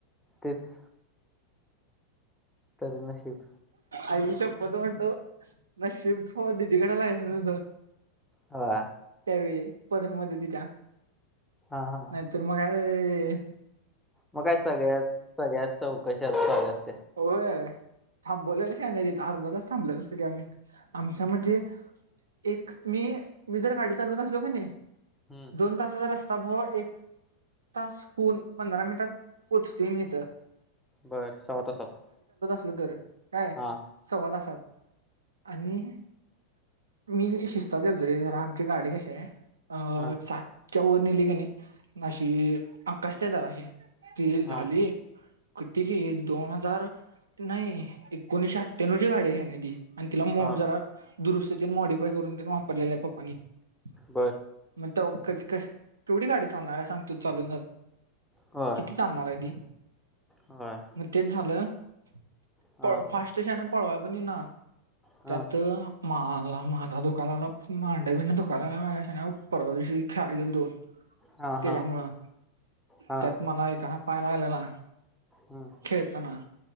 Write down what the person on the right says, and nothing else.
आई शप म तो म्हणतो नशीब दिदीकडे नाहीसं म्हणतो.
होय. परत मदतीच्या.
नाही तर मग काय. ते.
होय. थांबवलेलं शहाण्या तिथं अर्धा तास, थांबलेलच तरी आम्ही आमच्या म्हणजे, एक मी मी जर गाडी चालवत असलो कनी
दोन तासाचा र ता एक तास होऊन पंधरा मिनिटात पोहोचतोय मी इथ.
लोतरं काय
सव्वा तासात. आणि मी शिसतात यालतोरे जरा. आमची गाडी कशीय -- अ
सा -- <unintelligible> नेली कणी अशी आकासया जराशी <unintelligible>
झाली कितीची ईल. जर नाही एकोणीशे अठ्ठ्याण्वची गाडी हाय शाण्याती -- आणि तीला मो
जरा -- दुरुस्ती मॉडिफाय करून- - वापरलेलीय पप्पांनी --
<unintelligible> तेवढी गाडी चालणार हाय सांग तू चालून चालून?
किती चालणार हाय ती?
मग तेच झालं --
<unintelligible> फास्ट शाण्या पळवाय पणं इना.
त्यात माळात -- मादा दुखाय लागलां. माड्यांबिंड्या दुखाय लागल्या माझ्या शाण्या परवा दिवशी खेळायं गेलतो.
त्याच्यामुळं
त्यात मला एका पाय लागलेला.
खेळताना